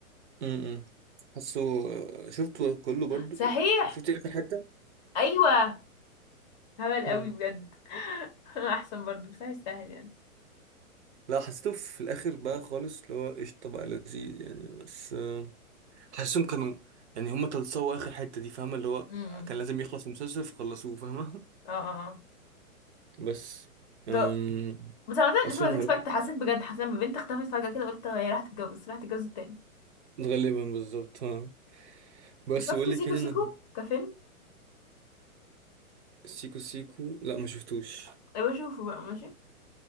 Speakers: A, on the right; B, on the left.
A: امم حاسه آه، شفته كله برضو
B: صحيح
A: شفت اخر حته
B: أيوة هبل
A: امم
B: قوي بجد <laughs> أحسن برضه بس هيستاهل يعني
A: لا حسيته في الاخر بقى خالص اللي هو قشطه بقى لذيذ يعني بس آه، حاسسهم كانوا يعني هما تلصقوا اخر حتة دي فاهمة اللي هو
B: امم
A: كان لازم يخلص المسلسل فخلصوه فاهمة
B: اه اه اه
A: بس
B: ده
A: أم...
B: بس عامة
A: اصلا
B: it was
A: هروح
B: expected حسيت بجد حسيت لما بنت اختفت فجأة كده قلت هي راحت تتجوز راحت تتجوز التاني
A: غالبا بالظبط ها بس
B: شفت
A: بقول
B: سيكو
A: لك يعني
B: سيكو
A: انا
B: كفيلم
A: سيكو سيكو لا ما شفتوش
B: أبقى أشوفه بقى ماشي